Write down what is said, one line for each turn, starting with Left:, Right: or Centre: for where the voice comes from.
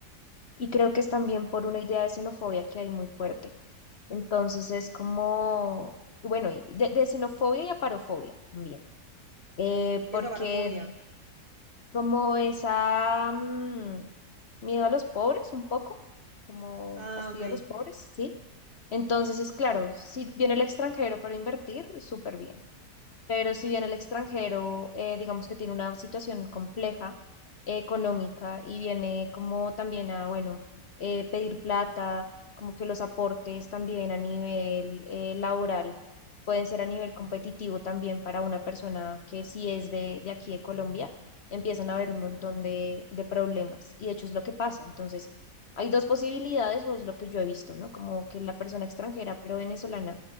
Left: y creo que es también por una idea de xenofobia que hay muy fuerte. Entonces es como, bueno, y de, de xenofobia y aparofobia también, eh,
Right: ¿Qué
Left: porque
Right: es avarofobia?
Left: como esa mm, miedo a los pobres un poco, como
Right: Ah,
Left: fastidio
Right: ok.
Left: a los pobres, ¿sí? Entonces es claro, si viene el extranjero para invertir, súper bien. Pero si bien el extranjero, eh, digamos que tiene una situación compleja eh, económica y viene como también a, bueno, eh, pedir plata, como que los aportes también a nivel eh, laboral pueden ser a nivel competitivo también para una persona que sí es de, de aquí de Colombia, empiezan a haber un montón de, de problemas y de hecho es lo que pasa. Entonces, hay dos posibilidades, o es lo que yo he visto, ¿no? Como que la persona extranjera, pero venezolana